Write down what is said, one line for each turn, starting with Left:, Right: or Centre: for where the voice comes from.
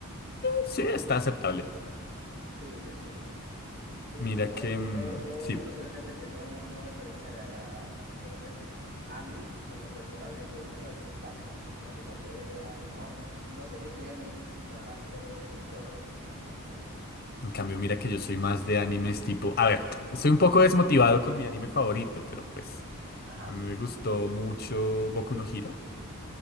Left: sí, está aceptable.
Right: sí, sí, sí. Sí,
Left: Mira
Right: igual
Left: que,
Right: con-
Left: mm,
Right: he,
Left: sí.
Right: he conocido gente que no, no le termina de agradar, pero pues a mí en lo personal me, me gusta bastante, no sé por qué, o sea, no, no sé qué tiene, o sea, pero me gusta ba- bastante, la verdad.
Left: En cambio, mira que yo soy más de animes tipo... A ver, estoy un poco desmotivado con mi anime favorito, pero pues...
Right: Ajá,
Left: A mí me gustó mucho Boku no Hero.